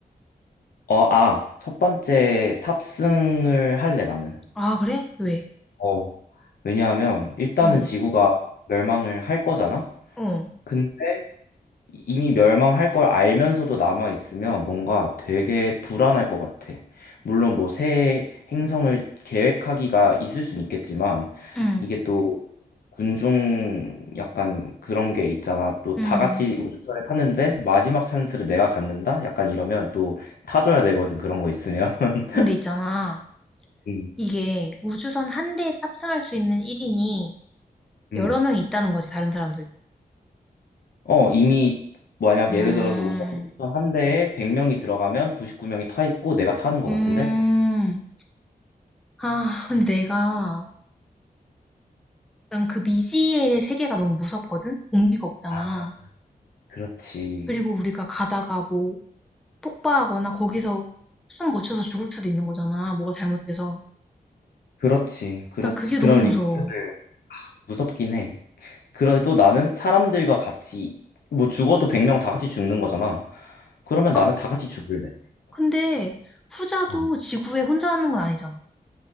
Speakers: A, on the left (about 75°); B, in the centre.
A: 어, 아, 첫 번째 탑승을 할래, 나는.
B: 아, 그래? 왜?
A: 어, 왜냐하면 일단은
B: 어,
A: 지구가 멸망을 할 거잖아?
B: 어,
A: 근데 이미 멸망할 걸 알면서도 남아 있으면 뭔가 되게 불안할 것 같아. 물론 뭐 새 행성을 계획하기가 있을 순 있겠지만
B: 음,
A: 이게 또 군중 약간 그런 게 있잖아. 또
B: 음.
A: 다 같이 우주선에 탔는데 마지막 찬스를 내가 갖는다? 약간 이러면 또 타줘야 되거든. 그런 거 있으면. <laughs>
B: 근데 있잖아.
A: 음.
B: 이게 우주선 한 대에 탑승할 수 있는 1인이
A: 음.
B: 여러 명이 있다는 거지, 다른 사람들도.
A: 어, 이미 만약
B: 음,
A: 예를 들어서 우선 한 대에 100명이 들어가면 99명이 타 있고 내가 타는 것
B: 음,
A: 같은데?
B: 아, 근데 내가, 난 그 미지의 세계가 너무 무섭거든? 공기가 없잖아.
A: 아, 그렇지.
B: 그리고 우리가 가다가 뭐, 폭파하거나 거기서 숨 못 쉬어서 죽을 수도 있는 거잖아. 뭐가 잘못돼서.
A: 그렇지. 그렇지.
B: 난 그게
A: 그런
B: 너무 무서워.
A: 리스크들 무섭긴 해. 그래도 나는 사람들과 같이 뭐 죽어도 100명 다 같이 죽는 거잖아. 그러면
B: 아,
A: 나는 다 같이 죽을래.
B: 근데 후자도
A: 어.
B: 지구에 혼자 남는 건 아니잖아.